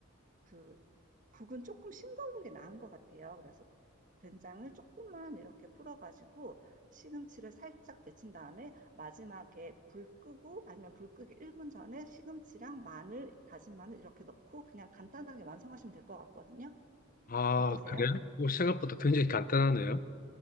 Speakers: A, on the right (about 40°); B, on the left (about 45°).
A: 그 국은 조금 싱거운 게 나은 것 같아요. 그래서 된장을 조금만 이렇게 풀어가지고 시금치를 살짝 데친 다음에 마지막에 불 끄고 아니면 불 끄기 1분 전에 시금치랑 마늘, 다진 마늘 이렇게 넣고 그냥 간단하게 완성하시면 될 것 같거든요.
B: 아,
A: 어떠세요?
B: 그래요? 뭐 생각보다 굉장히 간단하네요.